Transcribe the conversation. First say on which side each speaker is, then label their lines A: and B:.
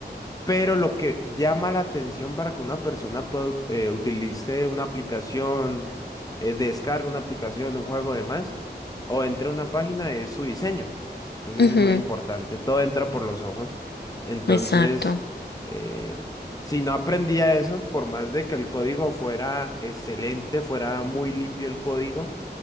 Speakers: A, on the left (about 20°); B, on the left (about 70°).
A: Pero lo que llama la atención para que una persona pueda eh, utilice una aplicación, eh, descargue una aplicación, un juego, demás, o entre a una página es su diseño. Entonces
B: ¿no? Ujú,
A: es muy importante, todo entra por los ojos. Entonces,
B: Exacto.
A: eh, si no aprendía eso, por más de que el código fuera excelente, fuera muy limpio el código,